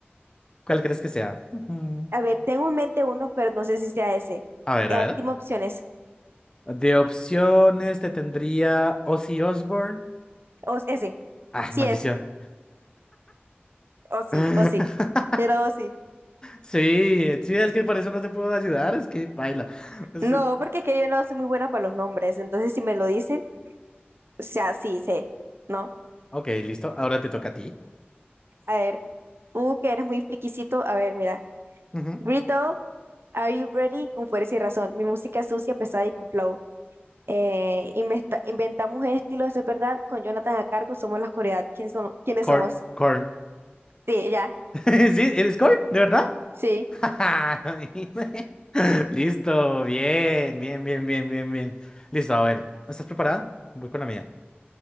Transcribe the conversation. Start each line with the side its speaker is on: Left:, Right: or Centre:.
Left: ¿Cuál crees que sea? Ujú.
Right: A ver, tengo en mente uno, pero no sé si sea ese.
Left: A ver,
Right: A
Left: a
Right: ver,
Left: ver.
Right: dime opciones.
Left: De opciones te tendría Ozzy Osbourne.
Right: O ese,
Left: Ah,
Right: sí
Left: maldición.
Right: es, o sí,
Left: <laughs>
Right: o sí. Era o sí.
Left: Sí, sí, es que por eso no te puedo ayudar, es que paila. Es-
Right: No,
Left: es-
Right: porque es que yo no soy muy buena para los nombres, entonces si me lo dicen, o sea, sí, sé, ¿no?
Left: Ok, listo. Ahora te toca a ti.
Right: A ver. Uh, que eres muy friquisito. A ver, mira.
Left: Ujú.
Right: Grito, Are You Ready? con fuerza y razón. Mi música es sucia, pesada y con flow. Eh, investa- inventamos estilos, es verdad. Con Jonathan a cargo somos la oscuridad. ¿Quiénes son- ¿Quiénes
Left: Corn.
Right: somos?
Left: Corn.
Right: Sí, ya.
Left: <laughs> ¿Sí? ¿Eres Corn? ¿De verdad?
Right: Sí,
Left: <laughs> Listo, bien, bien, bien, bien, bien, bien. Listo, a ver. ¿Estás preparada? Voy con la mía.